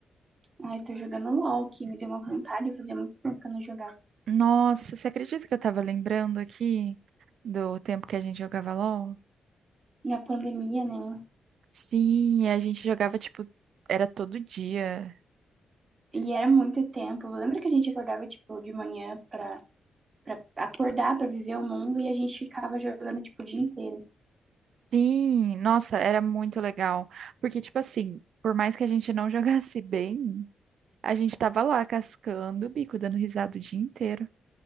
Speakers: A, on the right; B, on the right.
A: Ai, tô jogando LOL, que me deu uma vontade, fazia muito tempo que eu não jogava.
B: Nossa, você acredita que eu tava lembrando aqui do tempo que a gente jogava LOL?
A: Na pandemia, né?
B: Sim, a gente jogava tipo, era todo dia.
A: E era muito tempo. Lembra que a gente acordava, tipo, de manhã pra, pra acordar, pra viver o mundo, e a gente ficava jogando, tipo, o dia inteiro.
B: Sim, nossa, era muito legal. Porque, tipo assim, por mais que a gente não <laughs> jogasse bem, a gente tava lá cascando o bico, dando risada o dia inteiro.